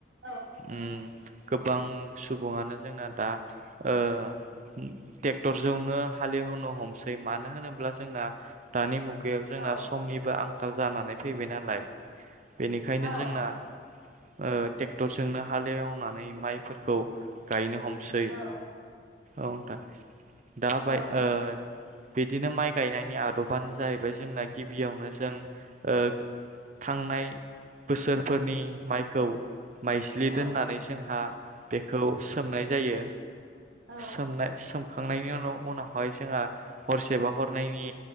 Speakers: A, on the right (about 65°); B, on the right (about 40°).
A: औ
B: उम गोबां सुबुंङानो जोंना दा ओ ट्रेक्टर जौनो हालेवनो हमसै मानो होनोब्ला जोंना दानि मुग गैयाव जोंना
A: औ
B: समनिबो आं खाल जानानै फैबाय नालाय बेनि खायनो
A: औ
B: जोंना ओ टेक्टरजोंनो हालेवनानै माइफोरखौ गायनो हम सै
A: औ
B: औ नोंथां दा
A: औ
B: बाय ओ बिदिनो माइ गायनायनि आदबानो जाहैबाय जोंना गिबियावनो जों ओ थांनाय बोसोरफोरनि माइखौ माइज्लि
A: औ
B: दोननानै जोंहा बेखौ सोमनाय जायो
A: औ
B: सोमनाय सोम खांनायनि उन उनावहाय जोंहा हरसेबा हरनै नि